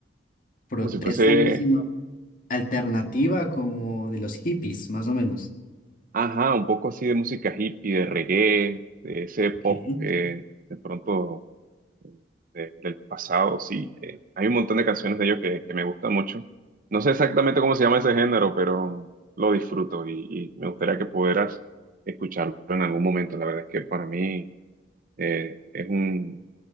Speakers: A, on the left; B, on the right.
A: protesta,
B: como si fuese,
A: no, sino alternativa, como de los hippies, más o menos.
B: ajá, un poco así de música hippie, de reggae, de ese
A: Ok.
B: pop, eh, de pronto de- del pasado, sí. eh, hay un montón de canciones de ellos que, que me gustan mucho. No sé exactamente cómo se llama ese género, pero lo disfruto y, y me gustaría que pudieras escucharlo en algún momento. La verdad es que para mí eh, es un,